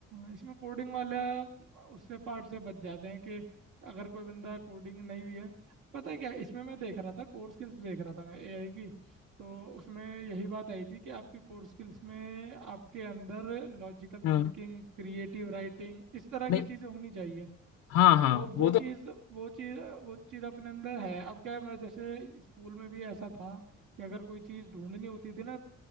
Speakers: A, on the right (about 80°); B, on the left (about 80°).
A: इसमें कोडिंग वाला उससे पार्ट से बच जाते हैं कि अगर कोई बंदा कोडिंग नहीं भी है पता है क्या इसमें मैं देख रहा था कोर स्किल्स देख रहा था मैं ए आई की तो उसमें यही बात आई थी कि आपकी कोर स्किल्स में आपके अंदर लॉजिकल
B: हाँ
A: थिंकिंग
B: हाँ,
A: क्रिएटिव राइटिंग इस तरह
B: नहीं
A: की चीज़ें होनी चाहिए
B: हाँ हाँ
A: तो वो
B: वो तो
A: चीज वो चीज वो चीज अपने अंदर है अब क्या है, मैं जैसे स्कूल में भी ऐसा था कि अगर कोई चीज ढूंढनी होती थी ना